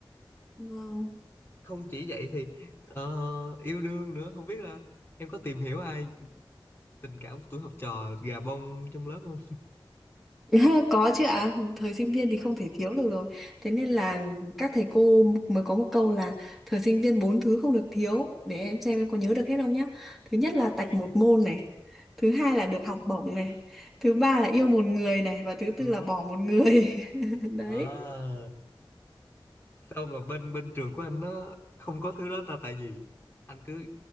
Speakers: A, in the centre; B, on the left.
A: Vâng.
B: không chỉ vậy thì ờ, yêu đương nữa không biết là em có tìm hiểu ai tình cảm của tuổi học trò gà bông trong lớp không
A: <laughs> Có chứ ạ, thời sinh viên thì không thể thiếu được rồi. Thế nên là các thầy cô mới có một câu là thời sinh viên bốn thứ không được thiếu, để em xem em có nhớ được hết không nhá. Thứ nhất là tạch một môn này, thứ hai là được học bổng này, thứ ba là yêu một người này và thứ
B: ừ.
A: tư là bỏ một người. <laughs> Đấy.
B: Ờ, sao mà bên bên trường của anh nó không có thứ đó ta tại vì anh cứ